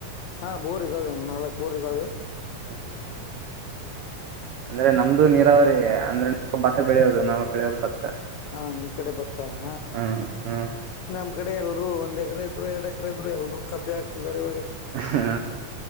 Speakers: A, on the left; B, on the right.
A: ಹಾ ಬೋರ್ ಇದ್ದಾವೆ ಒ ನಾಲ್ಕಕ್ ಬೋರ್ ಇದ್ದಾವೆ
B: ಹ ಅಂದ್ರೆ ನಮ್ದು ನೀರಾವರಿೇ ಅಂದ್ರೆ ಭತ್ತ ಬೆಳೆಯೋದು ನಾವ್ ಬೆಳೆಯೋದು ಭತ್ತ
A: ಹಾ ನಿಮ್ ಕಡೆ ಬರ್ತಾನ
B: ಹ್ಮ್ ಹ್ಮ್
A: ್ ಕಡೆ ಎಲ್ಲರು ಒಂದ್ ಎಕರೆ ಇದ್ರು ಎರ ಎಕರ ಇದರು ಎರರು ಕಬ್ಬಿ ಆಾತಿದ್ದಾರೆ ಇವಾಗ
B: ಹಾ